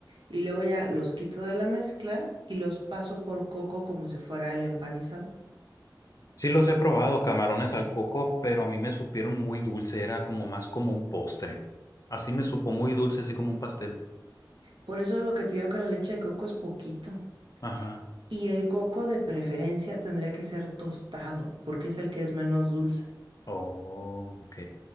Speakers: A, on the right; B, on the left.
A: Y luego ya los quito de la mezcla y los paso por coco como si fuera el empanizado.
B: Sí los he probado, camarones al coco, pero a mí me supieron muy dulce, era como más como un postre. Así me supo muy dulce, así como un pastel.
A: Por eso es lo que te digo que la leche de coco es poquito.
B: Ajá.
A: Y el coco de preferencia tendría que ser tostado, porque es el que es menos dulce.
B: Oh, ok.